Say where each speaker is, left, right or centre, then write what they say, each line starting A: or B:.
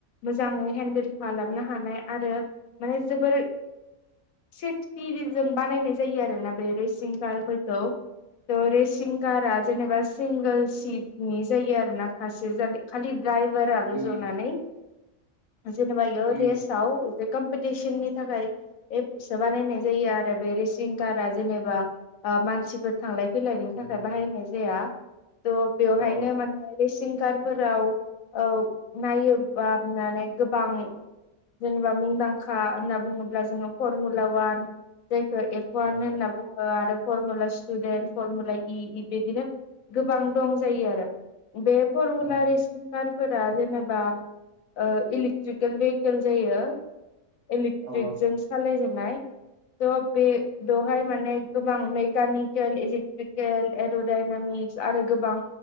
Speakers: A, on the left; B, on the right.
A: मोजाङै हेन्देल खालामनो हानाय आरो माने जोबोर सेफटिरिजों बानायनाय जायो आरोना बे रेसिं कारफोरखौ दो रेसिं कारा जेनेबास सिंगोल सिटनि जायो आरोना खासे खालि दड्राइभाराल'
B: उम
A: ज'नानै। जेनेबा इयो
B: उम
A: रेसाव कमप थेसन नि थाखाय एब सोबानायनाय जायो आरो बे रेसिं कार्ड आ जेनेबा ओ मा सिफोर थांलाय फैलायनि
B: उम
A: थाखाय बाहायनाय जाया। तह बेवहायनो
B: औ
A: माने रेसिं कार फोराव औ नायोबानानै गोबां जेनेबा मुंदांखा होनना बुङोब्ला जोङो फरमुला वान जायखौ एफ वान
B: औ
A: होनना बुङो आरो फरमुला स्टुदेन्ट फरमुला इ इबिदिनो गोबां दं जायो आरो बे फरमुला
B: ए
A: रेसिन कारफोरा जेनेबा ओ इलेक्ट्रिकेल भेहिकेल जायो इलेक्ट्रिकजों
B: औ
A: सालाय जा नाय थ' बे बेवहाय माने गोबां मेकानिकेल, इलेक्ट्रिकेल, एर'डाइनामिक्स आरो गोबां